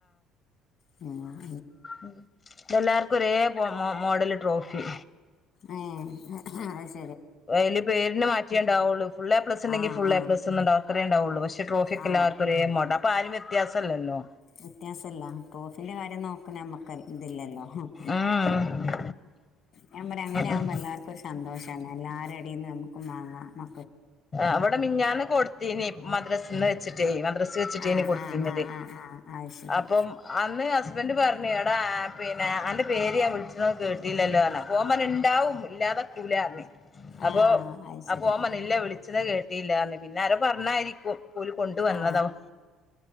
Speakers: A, on the left (about 60°); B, on the left (about 35°).
A: മ്
B: ഉം ഇതെല്ലാർ ഒരേ മോ മോ മോഡൽ ട്രോഫി
A: ഏഹ് അത് ശെ
B: അതില് പേരിന് മാറ്റേണ്ടാവുള്ളു ഫുൾ എ പ്ലസ് ഉണ്ടെങ്കിൽ
A: ആ
B: ഫുൾ
A: ആ
B: എ പ്ലസ് ഒണ്ടാവുള്ളു അത്രയെ ഉണ്ടാവുള്ളൂ പക്ഷെട്രോഫി ഒക്കെ
A: ആ
B: എല്ലാവർക്കും ഒരേ മോഡ ഇപ്പോൾ ആരും വ്യത്യാസമല്ലല്ലോ
A: വ്യത്യാസല്ല ട്രോഫിന്റെ കാര്യം നോക്കുന്നെ നമ്മക്ക് ഇതില്ലല്ലോ ഹും
B: ഉം
A: ഞാൻ പറയാ അങ്ങനെ ആവുമ്പോ
B: ഉം
A: എല്ലാർക്കും ഒരു സന്തോഷാണ് എല്ലാരേം <unintelligible> നമുക്കും വാങ്ങാം മ
B: അവിടെ മിനിഞ്ഞാന്ന് കൊടുത്തീനി മദ്രസിൽന്ന് വെ <unintelligible> മദ്രസേ വെച്ചിട്ട്
A: ആ
B: തന്നെ കൊടുത്തിന്നത്
A: ആ ആ ആ ആ അത് ശരി
B: അപ്പം അന്ന് ഹസ്ബന്റ് പറഞ്ഞു എടാ പിന്നെ അന്റെ പേര് വിളിച്ചണത് കേട്ടില്ലല്ലോ ഓൻ പറഞ്ഞു ഉണ്ടാവും ഇല്ലാതെ കൂല പറഞ് അപ്പൊ
A: ആ അത് ശരി
B: അപ്പൊ ഓൻ പറഞ്ഞു ഇല്ല വിളി വിളിച്ചണ കേട്ടിയില്ലന്ന് പിന്നെ ആരോ പറഞ്ഞായിരിക്കും പോലു കൊണ്ടുവന്നത
A: ആ
B: ഉ